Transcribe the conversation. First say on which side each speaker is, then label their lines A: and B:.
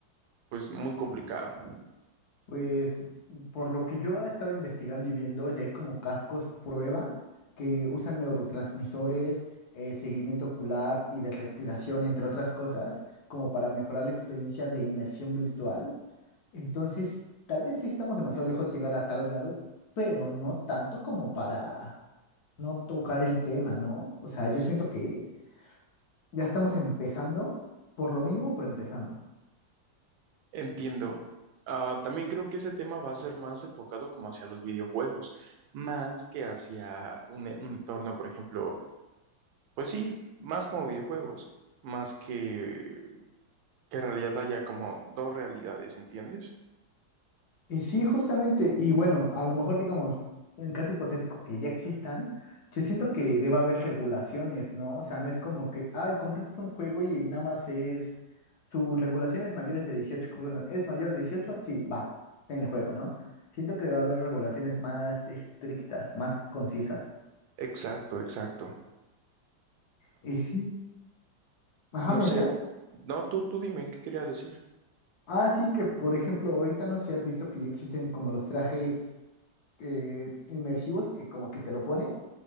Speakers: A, on the right; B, on the left.
A: pues muy complicado.
B: pues, por lo que yo estaba investigando y viendo, ya hay como cascos prueba que usan neurotransmisores, eh, seguimiento ocular y de respiración, entre otras cosas, como para mejorar la experiencia de inmersión virtual. Entonces, tal vez sí estamos demasiado lejos de llegar a tal grado, pero no tanto como para no tocar el tema, ¿no? O sea, yo siento que ya estamos empezando, por lo mínimo, por empezando.
A: Entiendo. Ah, también creo que ese tema va a ser más enfocado como hacia los videojuegos, más que hacia un, e- un entorno, por ejemplo, pues sí, más como videojuegos, más que que en realidad haya como dos realidades, ¿entiendes?
B: Y sí, justamente, y bueno, a lo mejor digamos, en caso hipotético que ya existan, yo siento que debe haber regulaciones, ¿no? O sea, no es como que, ah, compraste un juego y nada más es, su regulación es mayores de 18 que pongan, ¿es mayor de 18? Sí, va, en el juego, ¿no? Siento que debe haber regulaciones más estrictas, más concisas.
A: Exacto, exacto.
B: Y sí, ajá,
A: No
B: ¿me
A: sé,
B: decías?
A: no, tú, tú dime, ¿qué querías decir?
B: Ah, sí, que por ejemplo, ahorita no sé si has visto que ya existen como los trajes eh, inmersivos que como que te lo pones.